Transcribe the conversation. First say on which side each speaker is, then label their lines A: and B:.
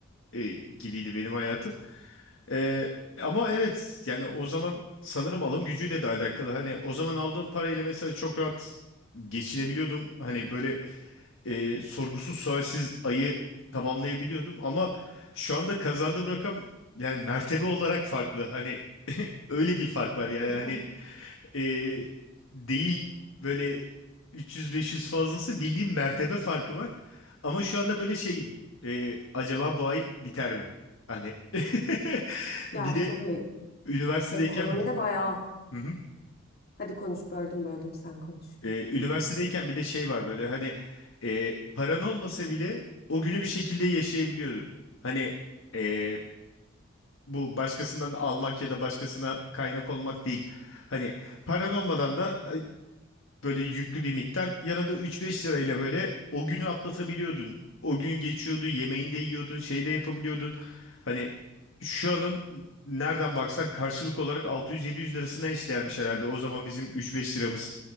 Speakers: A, on the left (about 65°); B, on the left (about 45°).
A: e, gibiydi benim hayatım. Ee, ama evet yani o zaman sanırım alım gücüyle de alakalı. Hani o zaman aldığım parayla mesela çok rahat geçinebiliyordum. Hani böyle e, sorgusuz sualsiz ayı tamamlayabiliyordum ama şu anda kazandığım rakam yani mertebe olarak farklı. Hani <laughs> öyle bir fark var yani
B: <laughs> Hı
A: hani
B: hı.
A: e, değil böyle 300-500 fazlası bildiğim mertebe farkı var. Ama şu anda böyle şeyim e, acaba bu ay biter mi? Hani <laughs>
B: Ya
A: bir de
B: tabii
A: üniversitedeyken
B: ekonomide bayağı.
A: Hı hı.
B: Hadi konuş böldüm böldüm sen konuş.
A: Ee, üniversitedeyken bir de şey var böyle hani e, paran olmasa bile o günü bir şekilde yaşayabiliyordun. Hani e, bu başkasından almak ya da başkasına kaynak olmak değil. Hani paran olmadan da böyle yüklü bir miktar. Yanında 3-5 lirayla böyle o günü atlatabiliyordun. O gün geçiyordu, yemeğini de yiyordun, şey de yapabiliyordun. Hani şu anın nereden baksan karşılık olarak 600-700 lirasına eşdeğermiş herhalde. O zaman bizim 3-5 liramız.